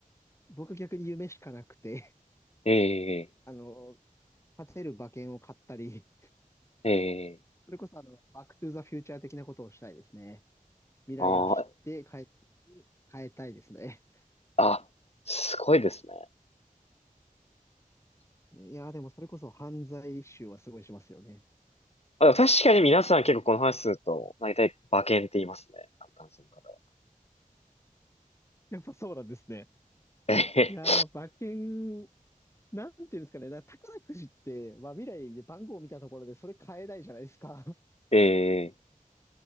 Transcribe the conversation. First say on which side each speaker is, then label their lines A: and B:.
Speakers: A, on the left; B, on the left.
A: 僕逆に夢しかなくて、
B: ええ、
A: <laughs> あのー勝てる馬券を買ったり、
B: ええ、
A: それこそあの、バックトゥーザフューチャー的なことをしたいですね。未来を知って帰ってきて変えたいですね。
B: あーあ、すごいですね。
A: ねいやー、でもそれこそ犯罪集はすごいしますよね。
B: あ、でも確かに皆さん結構この話すると、大体馬券って言いますね。あの男性の方は。
A: やっぱそうなんですね。
B: ええ、
A: いやー、馬券、なんていうんですかね、だから宝くじって、まあ、未来で番号を見たところでそれ買えないじゃないですか。<laughs>
B: <laughs> ええ、